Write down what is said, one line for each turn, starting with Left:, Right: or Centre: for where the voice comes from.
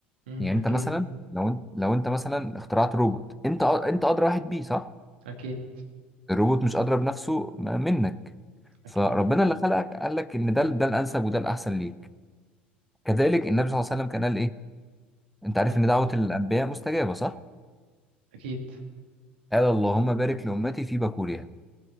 Right: مم.
Centre: يعني
Right: أكيد
Centre: انت مثلا لو انت لو انت مثلا اخترعت روبوت انت أ- انت ادرى واحد بيه صح
Right: أكيد
Centre: الروبوت مش ادرى بنفسه م- منك
Right: أكيد
Centre: فربنا اللي خلقك قال لك ان ده ده الانسب وده الاحسن ليك كذلك النبي صلى الله عليه وسلم كان قال ايه انت عارف
Right: إيه،
Centre: ان دعوة الانبياء مستجابة صح
Right: أكيد
Centre: قال اللهم بارك لامتي في بكورها